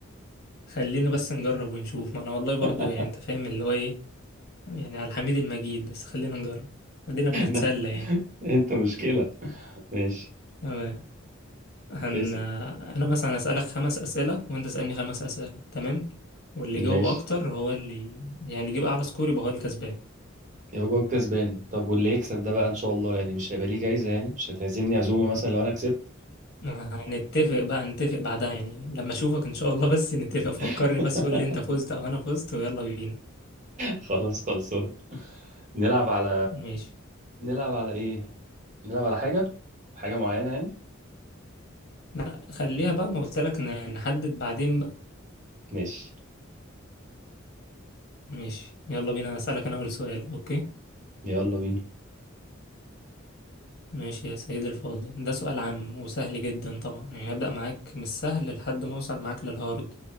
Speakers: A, on the left (about 55°); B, on the right (about 40°).
A: وخلينا <laughs> بس نجرب ونشوف ما انا والله برضه
B: <laughs>
A: يعني انت فاهم اللي هو ايه يعني على الحميد المجيد بس خلينا نجرب ادينا بنتسلى
B: ده
A: يعني
B: انت مشكله ماشي
A: تمام هن
B: اسال
A: انا مثلا اسالك خمس اسئله وانت اسالني خمس اسئله تمام واللي يجاوب
B: ماشي
A: اكتر هو اللي يعني اللي يجيب اعلى سكور يبقى هو الكسبان
B: يبقى هو الكسبان طب واللي يكسب ده بقى ان شاء الله يعني مش هيبقى ليه جايزة يعني مش هتعزمني عزومة مثلا لو انا كسبت
A: هنتفق بقى نتفق بعدها يعني لما اشوفك ان شاء الله بس نتفق فكرني
B: <laughs>
A: بس قول لي انت فزت او انا فزت ويلا بينا
B: خلاص خلصان نلعب على
A: ماشي
B: نلعب على ايه نلعب على حاجة حاجة معينة يعني
A: لا خليها بقى ما قلت لك ن- نحدد بعدين بقى
B: ماشي
A: ماشي يلا بينا اسالك انا اول سؤال اوكي
B: يلا بينا
A: ماشي يا سيدي الفاضل ده سؤال عام وسهل جدا طبعا يعني هبدأ معاك من السهل لحد ما اوصل معاك للهارد